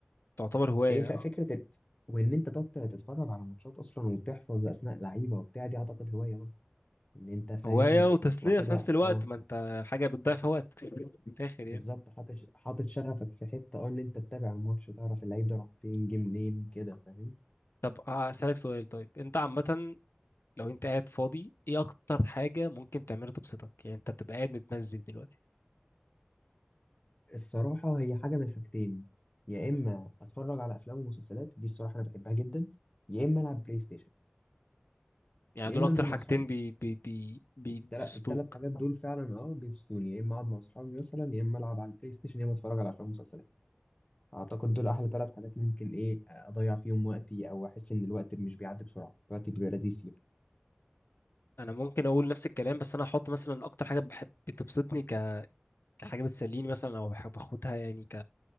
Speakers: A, on the left; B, on the left.
A: تعتبر هواية
B: هي ف- فكرة ال- وإن أنت تقعد تتفرج على ماتشات أصلا وتحفظ أسماء لعيبة وبتاع دي أعتقد هواية برضه إن أنت فاهم
A: هواية وتسلية
B: واخدها
A: في نفس الوقت
B: أه
A: ما انت حاجة بتضيع في وقت من الآخر
B: بالظبط
A: يعني
B: حاطط حاطط شغفك في حتة أه إن أنت تتابع الماتش تعرف اللعيب ده راح فين جه منين كده فاهم
A: طب هسألك سؤال طيب انت عامة لو انت قاعد فاضي ايه اكتر حاجة ممكن تعملها تبسطك يعني انت بتبقى قاعد متمزج دلوقتي
B: الصراحة هي حاجة من حاجتين يا إما أتفرج على أفلام ومسلسلات دي الصراحة أنا بحبها جدا يا إما ألعب بلاي ستيشن
A: يعني
B: يا
A: دول
B: إما
A: اكتر
B: أنزل
A: حاجتين
B: مع أصحابي
A: بي بي بي بي
B: التل...
A: بيبسطوك
B: التلات حاجات دول فعلا أه بيبسطوني يا إما أقعد مع أصحابي مثلا يا إما ألعب على البلاي ستيشن يا إما أتفرج على أفلام ومسلسلات أعتقد دول أحلى تلات حاجات ممكن إيه أضيع فيهم وقتي أو أحس إن الوقت مش بيعدي بسرعة الوقت بيبقى لذيذ فيهم
A: انا ممكن اقول نفس الكلام بس انا هحط مثلا اكتر حاجة بحب بتبسطني ك... كحاجة بتسليني مثلا او بحب اخدها يعني ك...